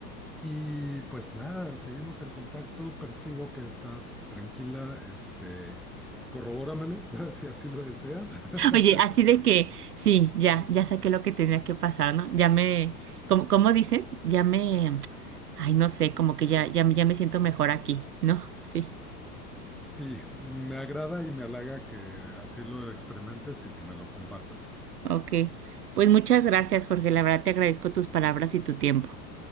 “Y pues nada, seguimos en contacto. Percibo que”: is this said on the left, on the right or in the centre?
Centre